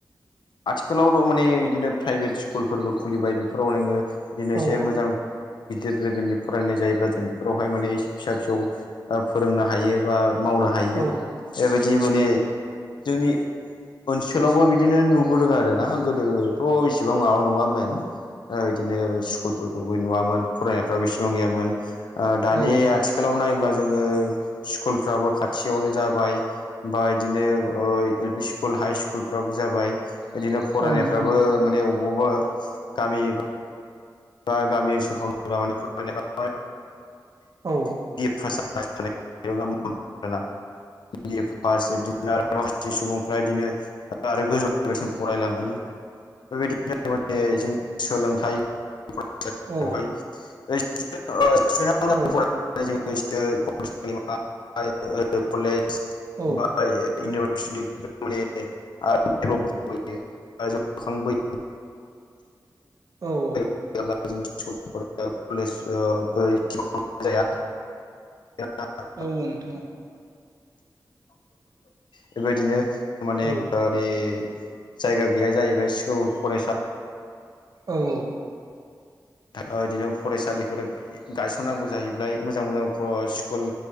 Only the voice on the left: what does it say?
आथिखालावथ' माने बिदिनो प्राइभेट स्कुलफोरबो खुलिबाय बेफोराव नोङो बिदिनो
एसे मोजां गिदिर लेभेलनि फरायनाय जायोब्ला जों बेफोरावहाय माने फिसा फिसौ फोरोंनो हायो बा मावनो हायो
बेबायदि माने जोंनि ओनसोलावबो बिदिनो नुबोदों आर ना गोदोथ' इसेबां माबा नङामोन इदिनो स्कुलफोरखौबो नुवामोन फरायनायफ्राबो बेसेबां गैयामोन दानि
आथिखालाव नायोब्ला जोङो स्कुलफ्राबो खाथियावनो जाबाय बा इदिनो ओ एलपि स्कुल हाइ स्कुल फोराबो जाबाय बिदिनो फरायनायफ्राबो
माने अबावबा गामि बा गामि ओनसोलफ्राव माने
<unintelligible> बिए फास इदिनो आरो माखासे सुबुंफ्रा इदिनो आरो गोजौ लोगोसिम फरायलांदों बेबायदिनो माने जों सोलोंथाइ <unintelligible>
जोंनि
फरायसालिमा ओ कलेज
बा <unintelligible>
जेला जों स्कुल फरायो कलेज ओ एसेबां जाया <unintelligible>
बेबायदिनो माने
ओ माने जायगा गैया जाहैबाय स्कुल फरायसा
ओ इदिनो फरायसालिफोर गायसननांगौ जाहैबाय मोजां मोजां स्कुल